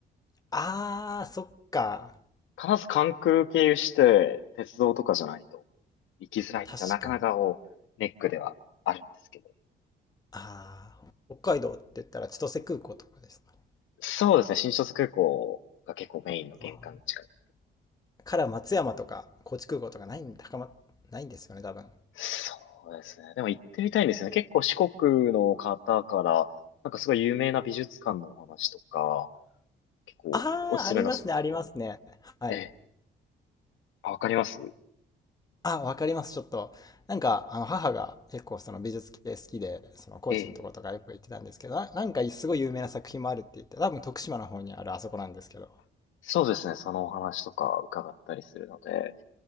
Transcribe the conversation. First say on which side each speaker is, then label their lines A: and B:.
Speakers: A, on the left; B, on the left.
A: あー、そっか。
B: 必ず関空経由して、鉄道とかじゃないと。行きづらいってなかなかこう、
A: 確かに。
B: ネックではあるんですけど。
A: あー、北海道って言ったら千歳空港とかですかね。
B: そうですね、新千歳空港が結構メインの玄関の近く。
A: あーから松山とか高知空港とかないん、高ま、ないんですよね、多分。
B: そうですね。でも行ってみたいんですよね。結構四国の方から、なんかすごい有名な美術館のお話とか、結構おすすめのスポット。
A: あー、ありますね、ありますね。はい。
B: ええ。あ、わかります
A: あ、わかります、ちょっと。なんか、あの、母が結構その美術系好きで、その高知のとことかよく行ってたんですけど、
B: ええ。
A: な、なんかすごい有名な作品もあるって言って、多分徳島の方にあるあそこなんですけど。
B: そうですね、そのお話とか伺ったりするので。